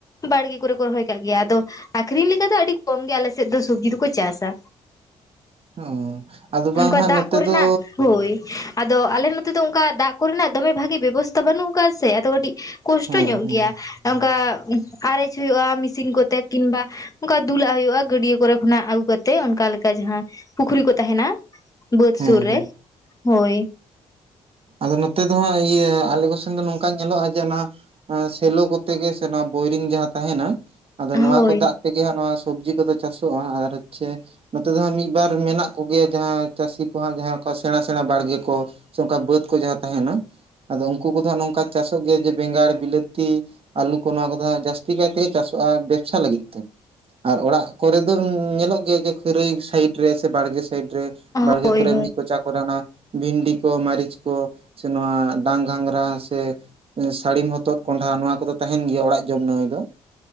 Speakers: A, on the left (about 25°); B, on the right (about 40°).
A: ᱵᱟᱲᱜᱮ ᱠᱚᱨᱮ ᱠᱚ ᱨᱚᱦᱚᱭ ᱠᱟᱜ ᱜᱮᱭᱟ, ᱟᱫᱚ ᱟᱠᱷᱨᱤᱧ ᱞᱮᱠᱟ ᱫᱚ ᱟᱹᱰᱤ ᱠᱚᱢ ᱜᱮᱭᱟ ᱟᱞᱮ ᱥᱮᱫ ᱫᱚ ᱥᱚᱵᱽᱡᱤ ᱫᱚ ᱠᱚ ᱪᱟᱥᱟ᱾
B: ᱦᱮᱸ ᱟᱫᱚ ᱵᱟᱝ
A: ᱚᱝᱠᱟ
B: ᱦᱟᱸᱜ
A: ᱫᱟᱜ
B: ᱱᱚᱛᱮ
A: ᱠᱚ ᱨᱮᱱᱟᱜ,
B: ᱫᱚ
A: ᱦᱳᱭ᱾ ᱟᱫᱚ ᱟᱞᱮ ᱱᱚᱛᱮ ᱫᱚ ᱚᱝᱠᱟ ᱫᱟᱜ ᱠᱚ ᱨᱮᱱᱟᱜ ᱫᱚᱢᱮ ᱵᱷᱟᱜᱤ ᱵᱮᱵᱚᱥᱛᱟ ᱵᱟᱹᱱᱩᱜ ᱟᱠᱟᱜ ᱥᱮ ᱟᱫᱚ ᱠᱟᱹᱴᱤᱡ ᱠᱚᱥᱴᱚ
B: ᱦᱮᱸ
A: ᱧᱚᱜ
B: ᱦᱮᱸ
A: ᱜᱮᱭᱟ, ᱚᱱᱠᱟᱻ ᱟᱨᱮᱡ ᱦᱩᱭᱩᱜᱼᱟ ᱢᱮᱥᱤᱱ ᱠᱚᱛᱮ ᱠᱤᱱᱵᱟ ᱚᱝᱠᱟ ᱫᱩᱞᱟᱜ ᱦᱩᱭᱩᱜᱼᱟ ᱜᱟᱹᱰᱤᱭᱟᱹ ᱠᱚᱨᱮ ᱠᱷᱚᱱᱟᱜ ᱟᱹᱜᱩ ᱠᱟᱛᱮᱜ ᱚᱱᱠᱟ ᱞᱮᱠᱟ ᱡᱟᱦᱟᱸ, ᱯᱩᱠᱷᱨᱤ ᱠᱚ ᱛᱟᱦᱮᱸᱱᱟ ᱵᱟᱹᱫ
B: ᱦᱮᱸ
A: ᱥᱩᱨ ᱨᱮ᱾
B: ᱦᱮᱸ
A: ᱦᱳᱭ ᱾
B: ᱟᱫᱚ ᱱᱚᱛᱮ ᱫᱚ ᱦᱟᱸᱜ ᱤᱭᱟᱹ ᱟᱞᱮ ᱠᱚᱥᱮᱱ ᱫᱚ ᱱᱚᱝᱠᱟ ᱧᱮᱞᱚᱜᱼᱟ ᱡᱮ ᱚᱱᱟ ᱮᱸ ᱥᱮᱞᱚ ᱠᱚᱛᱮ ᱜᱮ ᱥᱮ ᱱᱚᱣᱟ ᱵᱳᱭᱨᱤᱝ ᱡᱟᱦᱟᱸ ᱛᱟᱦᱮᱸᱱᱟ᱾ ᱟᱫᱚ ᱱᱚᱣᱟ
A: ᱦᱳᱭ
B: ᱠᱚ ᱫᱟᱜ ᱛᱮᱜᱮ ᱦᱟᱸᱜ ᱱᱚᱣᱟ ᱥᱚᱵᱽᱡᱤ ᱠᱚᱫᱚ ᱪᱟᱥᱚᱜᱼᱟ ᱦᱟᱸᱜ ᱟᱨ <unintelligible> ᱱᱚᱛᱮ ᱫᱚ ᱦᱟᱸᱜ ᱢᱤᱫ ᱵᱟᱨ ᱢᱮᱱᱟᱜ ᱠᱚᱜᱮᱭᱟ ᱡᱟᱦᱟᱸᱭ ᱪᱟᱹᱥᱤ ᱠᱚ ᱦᱟᱸᱜ ᱡᱟᱦᱟᱸᱭᱟᱜ ᱠᱚ ᱥᱮᱬᱟ ᱥᱮᱬᱟ ᱵᱟᱲᱜᱮ ᱠᱚ ᱥᱮ ᱚᱝᱠᱟ ᱵᱟᱹᱫᱽ ᱠᱚ ᱡᱟᱦᱟᱸ ᱛᱟᱦᱮᱸᱱᱟ᱾ ᱟᱫᱚ ᱩᱝᱠᱩ ᱠᱚᱫᱚ ᱦᱟᱸᱜ ᱱᱚᱝᱠᱟ ᱪᱟᱥᱚᱜ ᱜᱮᱭᱟ ᱡᱮ ᱵᱮᱸᱜᱟᱲ, ᱵᱤᱞᱟᱹᱛᱤ, ᱟᱹᱞᱩ ᱠᱚ ᱱᱚᱣᱟ ᱠᱚᱫᱚ ᱦᱟᱸᱜ ᱡᱟᱹᱥᱛᱤ ᱠᱟᱭ ᱛᱮᱜᱮ ᱪᱟᱥᱚᱜᱼᱟ ᱵᱮᱵᱽᱥᱟ ᱞᱟᱹᱜᱤᱫ ᱛᱮ᱾ ᱟᱨ ᱚᱲᱟᱜ ᱠᱚᱨᱮ ᱫᱚ ᱧᱮᱞᱚᱜ ᱜᱮᱭᱟ ᱡᱮ ᱠᱷᱟᱹᱨᱟᱹᱭ ᱥᱟᱭᱤᱰ ᱨᱮ ᱥᱮ ᱵᱟᱲᱜᱮ ᱥᱟᱭᱤᱰ ᱨᱮ,
A: ᱦᱳᱭ
B: ᱵᱟᱲᱜᱮ ᱠᱚᱨᱮ
A: ᱦᱳᱭ
B: ᱢᱤᱫ ᱠᱚᱪᱟ ᱠᱚᱨᱮ ᱚᱱᱟ ᱵᱷᱤᱱᱰᱤ ᱠᱚ, ᱢᱟᱹᱨᱤᱪ ᱠᱚ, ᱥᱮ ᱱᱚᱣᱟ ᱰᱟᱝ ᱜᱷᱟᱝᱨᱟ ᱥᱮ ᱥᱟᱹᱲᱤᱢ ᱦᱚᱛᱚᱫ, ᱠᱚᱸᱰᱷᱟ ᱱᱚᱣᱟ ᱠᱚᱫᱚ ᱛᱟᱦᱮᱸᱱ ᱜᱮᱭᱟ ᱚᱲᱟᱜ ᱡᱚᱢ ᱱᱟᱹᱢᱟᱹᱭ ᱫᱚ᱾